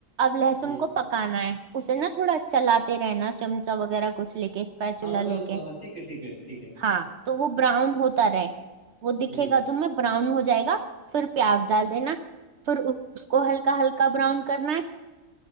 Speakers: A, on the right; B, on the left.
A: अब लहसुन
B: हम्म
A: को पकाना है उसे ना थोड़ा चलाते रहना चमचा वगैरह कुछ लेके स्पैचुला
B: हाँ मतलब
A: लेके
B: उसको हाँ ठीक है ठीक है ठीक है
A: हाँ तो वो ब्राउन होता रहे वो दिखेगा
B: हम्म
A: तुम्हें ब्राउन हो जाएगा फिर प्याज डाल देना फिर उ- उसको हल्का हल्का ब्राउन करना है